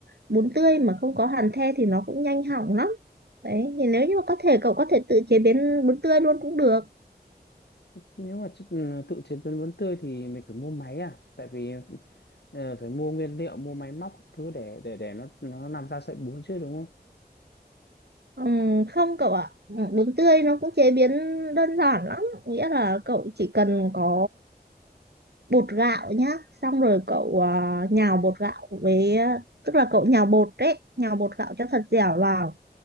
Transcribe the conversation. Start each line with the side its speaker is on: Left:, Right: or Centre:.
Right: bún tươi mà không có hàn the thì nó cũng nhanh hỏng lắm đấy thì nếu như mà có thể cậu có thể tự chế biến bún tươi luôn cũng được
Left: nếu mà chứ- ừ, tự chế biến bún tươi thì mình phải mua máy à tại vì ờ, phải mua nguyên liệu mua máy móc các thứ để để để nó nó làm ra sợi bún chứ đúng không
Right: Ừm, không cậu ạ Ừ, bún tươi nó cũng chế biến đơn giản lắm nghĩa là cậu chỉ cần có bột gạo nhá xong rồi cậu à, nhào bột gạo với ờ, tức là cậu nhào bột đấy nhào bột gạo cho thật dẻo vào